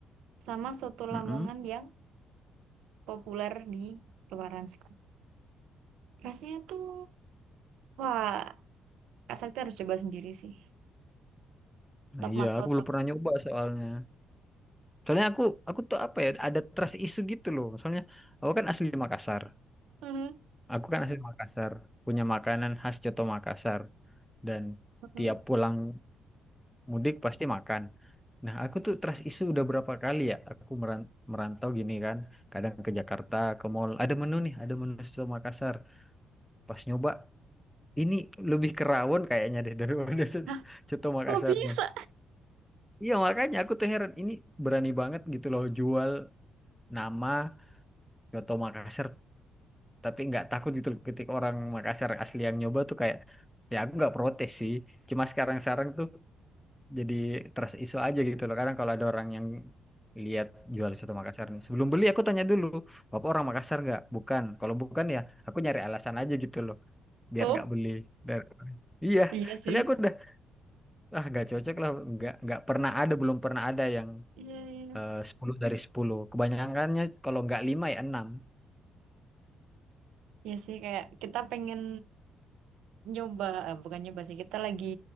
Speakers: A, on the right (about 80°); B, in the centre.
A: sama soto
B: Mm-mm.
A: Lamongan yang populer di luaran sana. Rasanya tuh, wah, Kak Sakti harus coba sendiri sih.
B: Nah,
A: Top
B: iya
A: markotop.
B: aku belum pernah nyoba soalnya soalnya aku aku tuh apa ya ada trust isu gitu loh soalnya aku kan asli Makassar
A: Mhm.
B: aku kan asli Makassar punya makanan khas Coto Makassar dan
A: Mhm.
B: tiap pulang Mudik pasti makan. Nah, aku tuh trust issue udah berapa kali ya aku meran- merantau gini kan. Kadang ke Jakarta, ke mall. Ada menu nih, ada menu soto Makassar. Pas nyoba, ini lebih kerawon kayaknya deh daripada <laughs> soto,
A: Hah,
B: soto Makassarnya.
A: kok bisa?
B: Iya, makanya aku tuh heran. Ini berani banget gitu loh jual nama soto Makassar. Tapi nggak takut gitu loh ketika orang Makassar asli yang nyoba tuh kayak, ya aku nggak protes sih. Cuma sekarang-sekarang tuh jadi trust issue aja gitu loh kadang kalau ada orang yang lihat jual soto Makassar nih sebelum beli aku tanya dulu bapak orang Makassar nggak bukan kalau bukan ya aku nyari alasan aja gitu loh biar
A: Oh,
B: nggak beli dari iya
A: iya sih.
B: soalnya aku udah ah nggak cocok lah nggak nggak pernah ada belum pernah ada yang
A: Iya, iya.
B: eh, 10 dari 10. kebanyakannya kalau nggak lima ya enam.
A: Iya sih, kayak kita pengen nyoba, eh, bukan nyoba sih, kita lagi